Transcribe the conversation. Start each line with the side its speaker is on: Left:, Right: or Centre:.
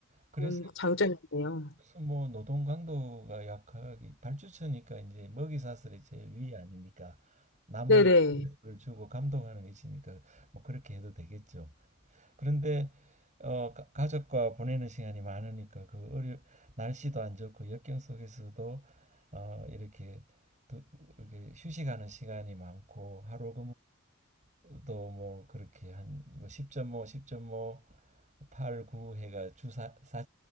Right: 그래서
Left: 그런 장점이네요.
Right: 그래서 뭐 노동 강도가 약하기 발주처니까 이제 먹이 사슬의 제일 위 아닙니까? 남에게
Left: 네네.
Right: 를 주고 감독하는 위치니까 뭐 그렇게 해도 되겠죠. 그런데 어, 가- 가족과 보내는 시간이 많으니까 그 어려 날씨도 안 좋고 역경 속에서도 어, 이렇게 두, 이렇게 휴식하는 시간이 많고 하루 근무도 뭐 그렇게 한뭐 10.5, 10.5, 8, 9 해가 주 사, 4